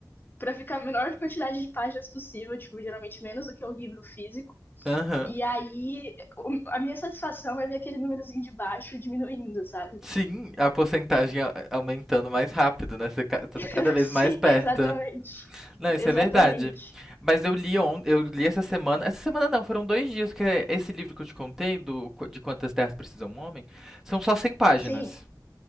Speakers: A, on the left (about 25°); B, in the centre.
A: pra ficar a menor quantidade de páginas possível, tipo, geralmente menos do que o livro físico.
B: Aham. <laughs>
A: E
B: uhum.
A: aí, o- a minha satisfação é ver aquele númerozinho de baixo diminuindo, sabe?
B: Sim, a porcentagem a- aumentando mais rápido, né? Você ca- você tá
A: <laughs>
B: cada vez
A: Sim,
B: mais perto.
A: exatamente.
B: Não, isso
A: Exatamente.
B: é verdade. Mas eu li on... eu li essa semana. Essa semana não, foram dois dias, que é esse livro que eu te contei, do... qu- de Quantas Terras Precisa um Homem, são só cem páginas.
A: Sim.